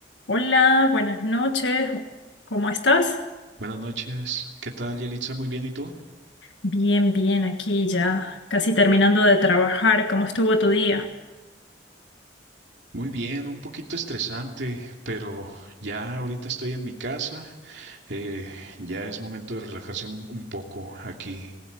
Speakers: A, on the left; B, on the right.
A: Hola, buenas noches. ¿Cómo estás?
B: Buenas noches. ¿Qué tal, Yelitza? Muy bien, ¿y tú?
A: Bien, bien, aquí ya casi terminando de trabajar. ¿Cómo estuvo tu día?
B: Muy bien, un poquito estresante, pero ya ahorita estoy en mi casa. eh, ya es momento de relajarse un, un poco aquí.